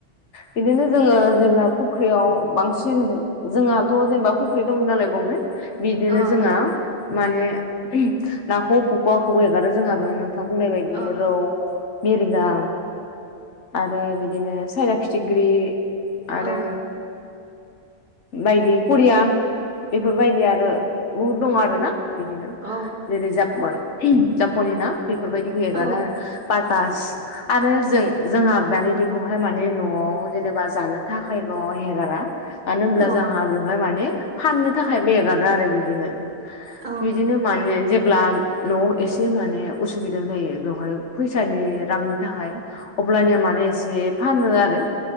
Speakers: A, on the left; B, on the right.
A: बिदिनो जोङो जेब्ला फुख्रियाव बांसिन जोंहाथ' जेनेबा फुख्रि दं नालाय गंनै बिदिनो
B: अ
A: जोङो माने नाखौ फुकुवाखौबो एगारो जोंहाबो नोंथां बुंनाय बायदि बि
B: औ
A: रौ, मिरगा आरो बिदिनो सायना फिथिख्रि आरो
B: औ
A: बायदि करिया बेफोरबायदि आरो बुहुद दङ आरो ना बिदिनो
B: औ
A: जेरै जापान जापाननि ना बेफोरबायदि हेगारो
B: औ
A: आरो पातास आरो जों जोंहा माने बेखौहाय माने न'आव जेनेबा जानो थाखायल' हेगारा मानो होनब्ला
B: औ
A: जोंहा बेवहाय माने फाननो था थाखायबो एगारो आरो बिदिनो
B: औ
A: बिदिनो माने जेब्ला न' एसे माने उसुबि दा जायो बेवहाय फैसानि रांनि थाखाय अब्लानिया माने एसे फानो आरो